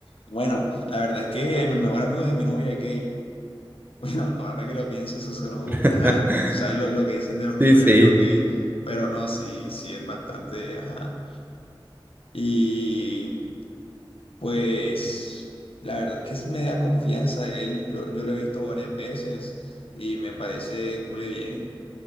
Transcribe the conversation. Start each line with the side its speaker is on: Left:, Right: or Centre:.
Left: Bueno, la verdad es que el mejor amigo de mi novia es gay. <laughs> Bueno, ahora que lo pienso, eso sonó,
Right: <laughs>
Left: ajá. Tú sabes lo, lo que dicen de los mejores
Right: Sí, sí,
Left: amigos gay, pero no, sí, sí es bastante, ajá. Y pues, la verdad es que sí me da confianza él. Yo, yo lo he visto varias veces y me parece cool y bien.